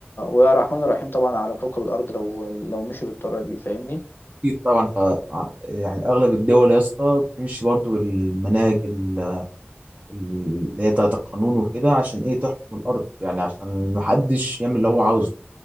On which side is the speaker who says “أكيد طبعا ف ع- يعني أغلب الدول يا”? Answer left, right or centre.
Right